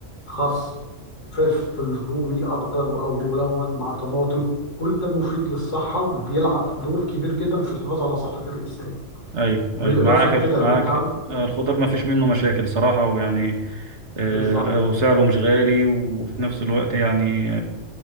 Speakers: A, on the left; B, on the right.
A: خس فلفل رومي اخضر او ملون مع طماطم كل ده مفيد للصحة وبيلعب دور كبير جدا في الحفاظ على صحة الإنسان
B: أيوه
A: بالإضافة
B: أيوه معاك
A: لكده
B: ال-
A: لو
B: معاك
A: انت عاوز-
B: آه، الخضار ما فيش منه مشاكل صراحة ويعني آه،
A: بالظبط
B: وسعره مش غالي وفي نفس الوقت يعني